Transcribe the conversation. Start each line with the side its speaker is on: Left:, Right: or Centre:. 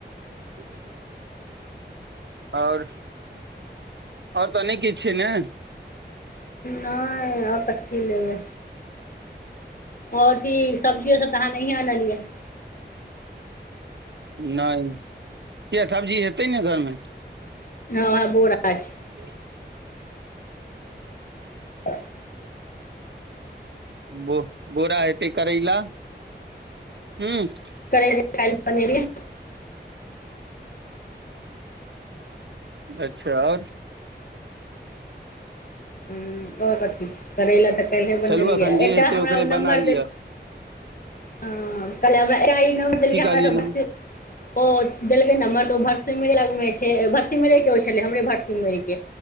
Right: <unintelligible> आओर आओर तऽ नय किछु छै ने
Left: नाय आओर कथी लेबै आओर की सब्जियो सब त अहाँ नहिये आनलियै
Right: नहि किया सब्जी हेतै ने घरमे
Left: हँ हँ बोरा छै
Right: <unintelligible>
Left: <unintelligible>
Right: <unintelligible> बो बोरा हेतै करैला हं
Left: करैला काइल बनेलिए
Right: अच्छा आओर
Left: आओर कथी छै करेला तऽ काल्हि बनेलियै
Right: चलू एखन जे
Left: एकटा
Right: हेतै
Left: हमरा
Right: ओकरे
Left: नम्बर
Right: बना लिअ
Left: <inaudible> ओ देलकै नमर
Right: की
Left: तऽ
Right: कहलियै ने
Left: ओ भरसिमर भरसिमरे के छले हमरे भरसिमर के